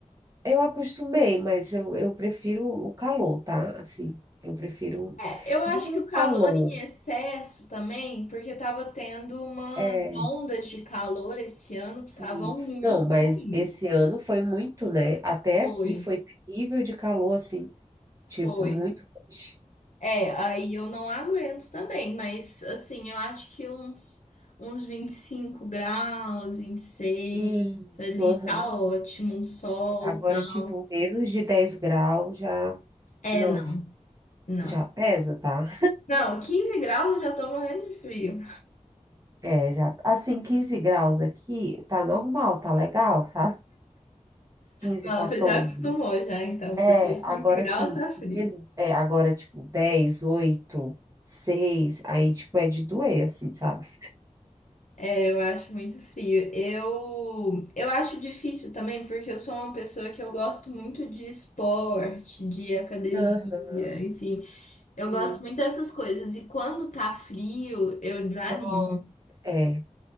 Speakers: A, on the right (about 25°); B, on the left (about 75°).
A: eu acostumei, mas eu, eu prefiro o calor, tá? Assim, eu prefiro
B: É, eu acho
A: não
B: que o
A: o
B: calor
A: calor.
B: em excesso também, porque tava tendo umas
A: É,
B: ondas de calor esse ano
A: sim.
B: que estavam muito
A: Não, mas
B: ruins.
A: esse ano foi muito, né? Até
B: Foi,
A: aqui foi terrível de calor, assim,
B: foi.
A: tipo, muito quente.
B: É, aí eu não aguento também, mas assim, eu acho que uns, uns 25 graus, vinte e seis,
A: Isso,
B: ali
A: aham.
B: tá ótimo, um sol,
A: É, Agora,
B: tal.
A: tipo, menos de 10 graus já.
B: É,
A: Nossa,
B: não, não.
A: já pesa, tá?
B: Não, quinze graus eu já tô morrendo de frio.
A: É, já. Assim, 15 graus aqui, tá normal, tá legal, sabe? quinze
B: Não,
A: 14.
B: você já acostumou já, então,
A: É,
B: porque 15
A: agora
B: graus
A: assim
B: tá frio.
A: menos. É, agora, tipo, 10 8 seis Aí, tipo, é de doer, assim, sabe?
B: É, eu acho muito frio. Eu, eu acho difícil também, porque eu sou uma pessoa que eu gosto muito de esporte, de academia,
A: Aham,
B: enfim. Eu
A: sim.
B: gosto muito dessas coisas. E quando tá frio, eu desanimo.
A: Nossa, é.